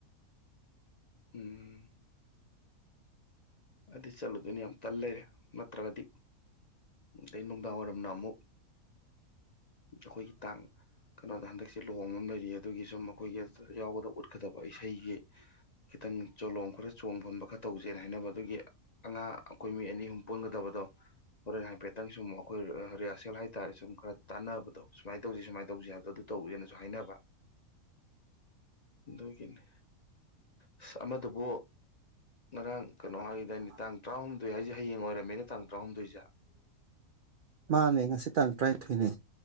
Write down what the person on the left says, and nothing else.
ꯎꯝ ꯑꯗꯨ ꯆꯠꯂꯨꯗꯨꯅꯤ ꯌꯥꯝ ꯇꯟ ꯂꯩꯔꯦ ꯅꯠꯇ꯭ꯔꯒꯗꯤ ꯑꯗꯩ ꯅꯨꯡꯗꯥꯡ ꯋꯥꯏꯔꯝꯅ ꯑꯃꯨꯛ ꯑꯩꯈꯣꯏꯒꯤ ꯇꯥꯡ ꯀꯩꯅꯣꯗ ꯍꯟꯗꯛꯁꯦ ꯂꯨꯍꯣꯡꯕ ꯑꯃ ꯂꯩꯔꯤ ꯑꯗꯨꯒꯤ ꯁꯨꯝ ꯑꯩꯈꯣꯏꯒꯤ ꯌꯥꯎꯒꯗꯕ ꯎꯠꯀꯗꯕ ꯏꯁꯩꯒꯤ ꯈꯤꯇꯪ ꯆꯣꯂꯣꯡꯝ ꯈꯔ ꯆꯣꯡꯐꯟꯕ ꯈꯔ ꯇꯧꯖꯦꯅ ꯍꯥꯏꯅꯕ ꯑꯗꯨꯒꯤ ꯑꯉꯥꯡ ꯑꯩꯈꯣꯏ ꯃꯤ ꯑꯅꯤ ꯑꯍꯨꯝ ꯄꯨꯟꯒꯗꯕꯗꯣ ꯍꯣꯔꯦꯟ ꯍꯥꯏꯐꯦꯠꯇꯪ ꯁꯨꯝ ꯑꯩꯈꯣꯏ ꯔꯤꯍꯔꯁꯦꯜ ꯍꯥꯏ ꯇꯥꯔꯦ ꯁꯨꯝ ꯈꯔ ꯇꯥꯟꯅꯕꯗꯣ ꯁꯨꯃꯥꯏꯅ ꯇꯧꯁꯤ ꯁꯨꯃꯥꯏ ꯇꯧ ꯍꯥꯏꯕꯗ ꯑꯗꯨ ꯇꯧꯒꯦꯅ ꯁꯨ ꯍꯥꯏꯅꯕ ꯑꯗꯨꯒꯤꯅꯤ ꯑꯁ ꯑꯃꯗꯨꯕꯨ ꯉꯔꯥꯡ
ꯀꯩꯅꯣ ꯍꯥꯏꯈꯤꯗꯥꯏꯅꯦ ꯇꯥꯡ ꯇꯔꯥꯍꯨꯝꯗꯣꯏ ꯍꯥꯏꯁꯦ ꯍꯌꯦꯡ ꯑꯣꯏꯔꯝꯃꯦꯅꯦ ꯇꯥꯡ ꯇꯔꯥꯍꯨꯝꯗꯣꯏꯁꯦ